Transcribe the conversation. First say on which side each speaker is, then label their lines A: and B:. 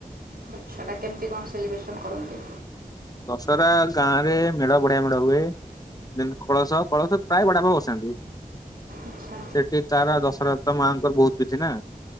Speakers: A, on the right; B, on the left.
A: ଦଶହରା କେମିତି କଣ ସେଲିବ୍ରେସନ୍ କରନ୍ତି?
B: ଦଶହରା ଗାଁ ରେ ମେଢ଼ ବଢିଆ ମେଢ଼ ହୁଏ। ଯେନ୍ତି କଳସ କଳସ ପ୍ରାୟ ବଡା ଆପା ବସାନ୍ତି।
A: ଆଚ୍ଛା
B: ସେଠି ତାର ଦଶହରାରେ ତ ମାଙ୍କର ବହୁତ ବିଧି ନା।